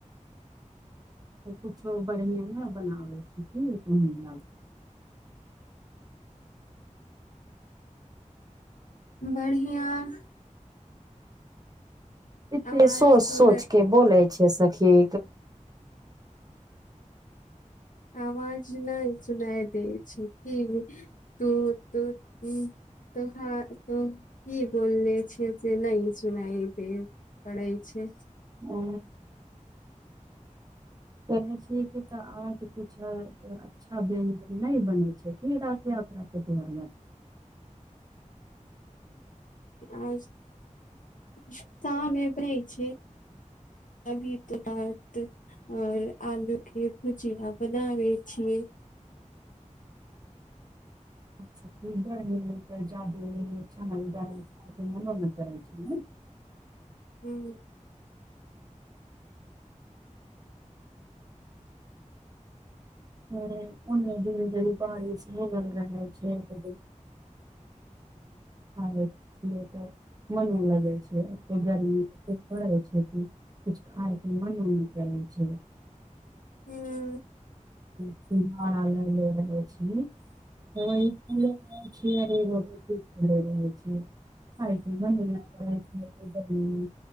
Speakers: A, on the right (about 30°); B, on the left (about 75°).
A: कुछो बढ़ियाँ ने बनाबै छी क <unintelligible>
B: बढ़ियाँ
A: एते
B: आवाज
A: सोच सोच
B: तो
A: के बोलै छै सखी
B: आवाज नहि सुनाइ दै छै कि तू तू कि तोहँ तो की बोलले छियै से नहि सुनाइ देत पड़ै छै
A: ओ कहे छीयै कि तऽ आज कुछ अच्छा बनि जा नहि बनै छै की राति यात्राके बाद
B: आ शाममे दै छियै <inaudible> अभी तऽ बात और आलू के भुजिया बनावे छियै
A: तऽ जादू छान उद मना कर छै ने <unintelligible>
B: हूँ
A: हूंम्म उन्ने दिन जदी बारिश निगल रहै छै <unintelligible> खा छियै तऽ मन लगे छै <unintelligible> गर्मी छै ऐसन थोरे होय छै कि कुछ खायके मने नऽ <unintelligible> करै छै
B: हूँ
A: <unintelligible> <unintelligible> <unintelligible>